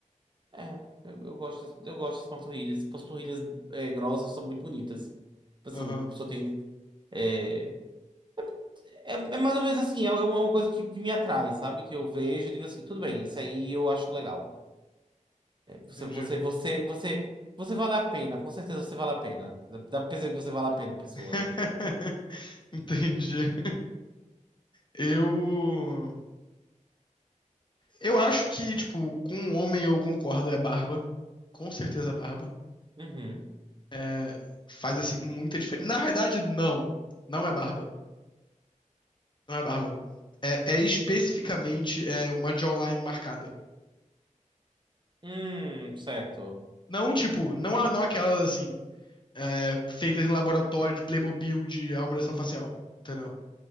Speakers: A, on the right; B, on the left.
A: é, eu, eu gosto das, eu gosto das panturrilhas. Panturrilhas é, grossas são muito bonitas. Tipo Assim,
B: Aham,
A: só tem é, É, é mais ou menos assim, é é uma é uma coisa que, que me atrai, sabe? Que eu vejo e digo assim, tudo bem, isso aí eu acho legal. Você,
B: entendi.
A: você, você, você, você vale a pena, com certeza você vale a pena. Dá dá pra perceber que você vale a pena, pessoa.
B: <laughs> Entendi. Eu. Eu acho que, tipo, com um homem eu concordo, é barba. Com certeza é barba.
A: Uhum.
B: É, Faz assim muita diferença. Na verdade, não. Não é barba. Não é barba. É, é especificamente é, uma jawline marcada.
A: Hum, certo.
B: Não, tipo, não, a- não aquelas assim, é, feitas em laboratório de Playmobil de harmonização facial. Entendeu?